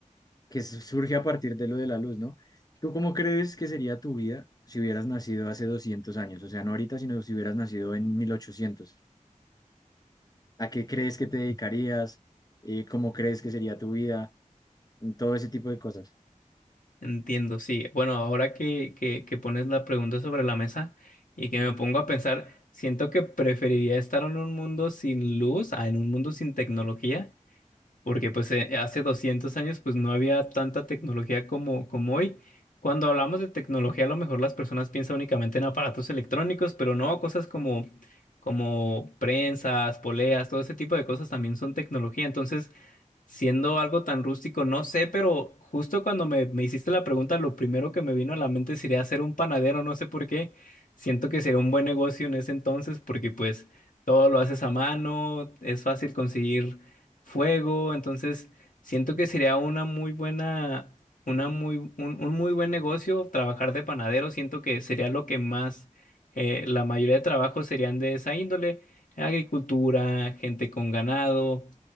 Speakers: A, on the left; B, on the left.
A: que su- surge a partir de lo de la luz, ¿no? ¿Tú cómo crees que sería tu vida si hubieras nacido hace 200 años? O sea, no ahorita, sino si hubieras nacido en mil ochocientos ¿A qué crees que te dedicarías? Eh, ¿cómo crees que sería tu vida? Todo ese tipo de cosas.
B: Entiendo, sí. Bueno, ahora que, que, que pones la pregunta sobre la mesa y que me pongo a pensar, siento que preferiría estar en un mundo sin luz, a en un mundo sin tecnología, porque pues eh, hace 200 años pues no había tanta tecnología como, como hoy. Cuando hablamos de tecnología, a lo mejor las personas piensan únicamente en aparatos electrónicos, pero no, cosas como, como prensas, poleas, todo ese tipo de cosas también son tecnología. Entonces, Siendo algo tan rústico, no sé, pero justo cuando me, me hiciste la pregunta, lo primero que me vino a la mente sería hacer un panadero, no sé por qué. Siento que sería un buen negocio en ese entonces porque pues todo lo haces a mano, es fácil conseguir fuego, entonces siento que sería una muy buena, una muy, un, un muy buen negocio trabajar de panadero, siento que sería lo que más, eh, la mayoría de trabajos serían de esa índole, agricultura, gente con ganado.